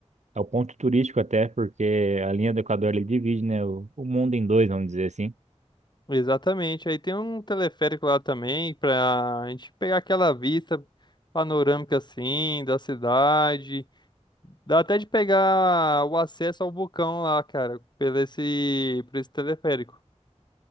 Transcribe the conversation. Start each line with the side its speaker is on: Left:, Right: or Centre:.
Right: é o ponto turístico até, porque a linha do Equador ele divide, né, o, o mundo em dois, vamos dizer assim.
Left: Exatamente. Aí tem um teleférico lá também pra gente pegar aquela vista panorâmica assim da cidade. Dá até de pegar o acesso ao vulcão lá, cara, pelo esse, por esse teleférico.